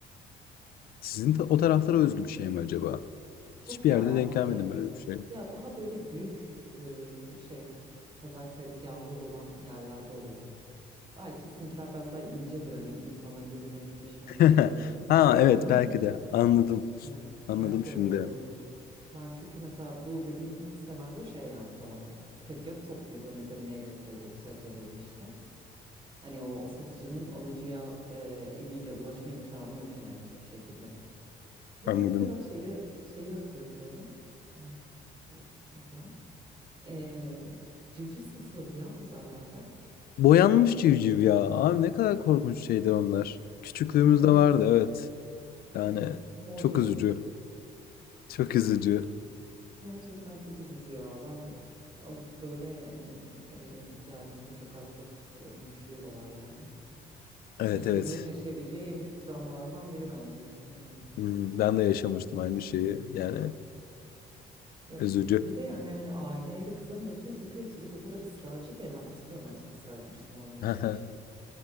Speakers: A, on the left; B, on the right.
A: sizin ta- o taraflara özgü bir şey mi acaba? Hiçbir
B: Yok ya
A: yerde
B: ben
A: denk gelmedim
B: e,
A: böyle bir şey.
B: ya daha böyle büyük e, şey pazar tezgahı olan yerlerde oluyor. Belki sizinkiler biraz daha incedir hani insanların birbirine etkileşimi
A: <laughs>
B: kolay oluyordur
A: Ha
B: para veren.
A: evet
B: <laughs>
A: belki de anladım.
B: Evet,
A: Anladım
B: belki
A: şimdi.
B: öyle olabilir. Ben çünkü mesela bu dediğim senaryo şey yani tamamen. Tezgah çok büyük hani üzeri meyve dolu, sebze dolu işte. Hani o satıcının alıcıya e, eliyle ulaşma imkanı yok yani hiçbir şekilde. Bir
A: Anladım.
B: de mesela şeyi şeyi hatırlıyorum. Ee, dur, nedir o? Ee, civciv satılırdı ya pazarlarda.
A: Boyanmış civciv ya. Abi ne kadar korkunç şeydir onlar. Küçüklüğümüzde
B: Evet,
A: vardı evet. Yani
B: evet. Mor
A: çok
B: civciv.
A: üzücü. Çok üzücü.
B: Gerçekten çok üzücü ya. Ben alıp böyle e, eve gel- geldiğimde çok az bakıp ölmüşlüğü de var yani.
A: Evet
B: Bir çocuğun
A: evet.
B: yaşayabileceği en büyük travmalardan biri bence. Bilmiyorum.
A: Hmm, Ben de yaşamıştım aynı şeyi. Yani
B: Evet. Ya
A: üzücü.
B: bir de yani hani aileye de kızamıyorsun çünkü çocuk o kadar ısrarcı ki ben hatırlıyorum ben çok ısrar etmiştim alınması
A: <laughs> Hı
B: için.